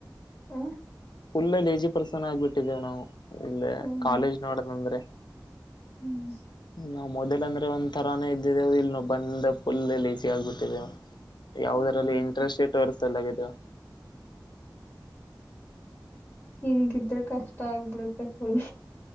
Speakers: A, on the left (about 30°); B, on the left (about 75°).
A: ಹೂ.
B: ಫುಲ್ ಲೇಜಿ ಪರ್ಸನ್ ಆಗ್ಬಿಟ್ಟಿದ್ದೇವೆ ನಾವು ಇಲ್ಲೇ
A: ಹ್ಮ್
B: ಕಾಲೇಜ್ ನೋಡದಂದ್ರೆ.
A: ಹ್ಮ್ ಹ್ಮ್.
B: ನಾವು ಮೊದಲ್ ಅಂದ್ರೆ ಒಂದ್ ತರಾನೇ ಇದ್ದಿದ್ದೇವು ಇಲ್ಲಿ ನಾವು ಬಂದ ಫುಲ್ಲ್ ಲೇಸಿ ಆಗ್ಬಿಟ್ಟಿದ್ದೇವ. ಯಾವುದ್ರಲ್ಲಿ
A: ಹ್ಮ್
B: ಇಂಟರೆಸ್ಟ್ ತೋರಿಸ್ತಿಲ್ಲ ವಿದೊ.
A: ಹಿಂಗಿದ್ರೆ ಕಷ್ಟ ಆಗ್ಬಿಡತ್ತೆ ಫುಲ್.